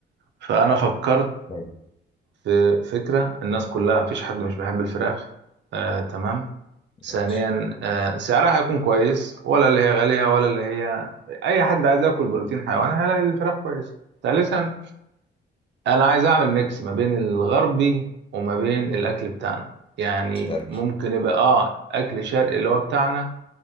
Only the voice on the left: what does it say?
حلو،
ماشي
شرقي